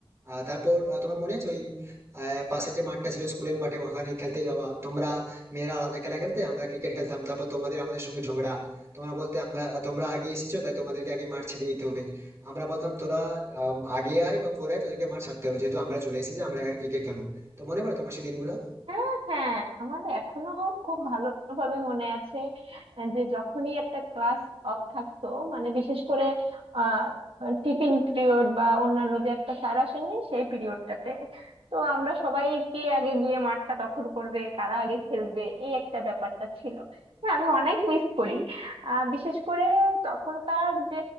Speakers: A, on the right; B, on the right.
A: আহ তারপর আহ, তোমার মনে আছে ওই আহ, পাশে যে মাঠটা ছিল স্কুলের মাঠে ওখানে খেলতে যাওয়া তোমরা মেয়েরা আলাদা খেলা খেলতে আমরা ক্রিকেট খেলতাম তারপর তোমাদের আমাদের সঙ্গে ঝগড়া তোমরা বলতে আমরা তোমরা আগে এসেছো তাই তোমাদেরকে আগে মাঠ ছেড়ে দিতে হবে আমরা বলতাম তোরা আম, আগে আয় বা পরে আয়, তোদেরকে মাঠ ছাড়তে হবে যেহেতু আমরা চলে এসেছি আমরা এখানে ক্রিকেট খেলবো তো মনে পড়ে তোমার সেই দিনগুলো
B: হ্যাঁ হ্যাঁ আমার এখনো খুব ভালোভাবে মনে আছে আহ, যে যখনই একটা ক্লাস অফ থাকতো মানে বিশেষ করে আহ টিফিন পিরিয়ড বা অন্যান্য যে একটা স্যার আসেননি সেই পিরিয়ডটাতে তো আমরা সবাই কে আগে গিয়ে মাঠটা দখল করবে কারা আগে খেলবে এই একটা ব্যাপারটা ছিল হ্যাঁ আমি অনেক মিস করি আহ বিশেষ করে তখনকার যে